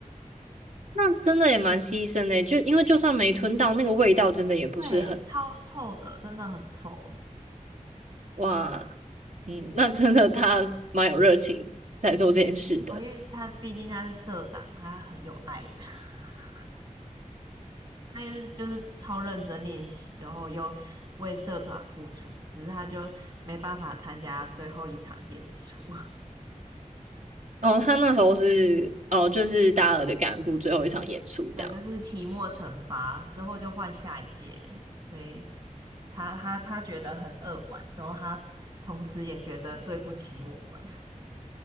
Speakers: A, on the right; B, on the right.
A: <laughs> 那真的也蛮牺牲的欸，就因为就算没吞到，那个味道真的也不是很，
B: 对，超臭的，真的很臭。
A: 哇，嗯，那真的他蛮有热情在做这件事的。
B: 哦，因为他毕竟他是社长，他很有爱。<laughs> 他也是就是超认真练习之后，又为社团付出，只是他就没办法参加最后一场演出。
A: 哦，他那时候是哦，就是大二的干部最后一场演出这样。
B: <laughs> 对，就是期末惩罚之后就换下一届了所以他他他觉得很扼腕，之后他同时也觉得对不起我们。